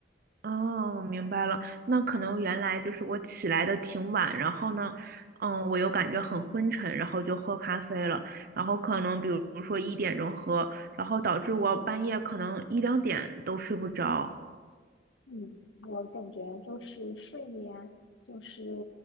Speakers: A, on the right (about 55°); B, on the left (about 80°).
A: 哦，我明白了。那可能原来就是我起来的挺晚，然后呢，嗯，我又感觉很昏沉，然后就喝咖啡了。然后可能比如说一点钟喝，然后导致我半夜可能一两点都睡不着。
B: 嗯，我感觉就是睡眠，就是